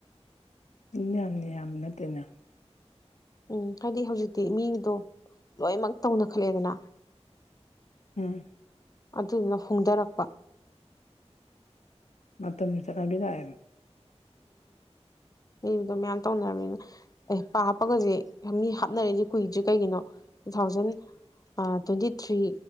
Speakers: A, on the left; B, on the left.
A: ꯌꯥꯝꯅꯤ ꯌꯥꯝ ꯅꯠꯇꯦꯅ
B: ꯎꯝ ꯍꯥꯏꯗꯤ ꯍꯧꯖꯤꯛꯇꯤ ꯃꯤꯗꯣ ꯂꯣꯏꯅꯃꯛ ꯇꯧꯅ ꯈꯠꯂꯛꯑꯦꯗꯅ
A: ꯎꯝ
B: ꯑꯗꯨꯗꯨꯅ ꯐꯣꯡꯗꯔꯛꯄ
A: ꯃꯠꯇꯣꯟꯅ ꯆꯔꯕꯤꯗ ꯑꯗꯨ
B: ꯏꯕꯗꯣ ꯃꯌꯥꯝ ꯇꯧꯅꯔꯕꯅꯤꯅ ꯑꯦ ꯄ ꯍꯥꯞꯄꯒꯁꯦ ꯃꯤ ꯍꯥꯞꯅꯔꯁꯦ ꯀꯨꯏꯗ꯭ꯦ ꯀꯩꯒꯤꯅꯣ ꯇꯨ ꯊꯥꯎꯖꯟ ꯇ꯭ꯋꯦꯟꯇꯤ ꯊ꯭ꯔꯤ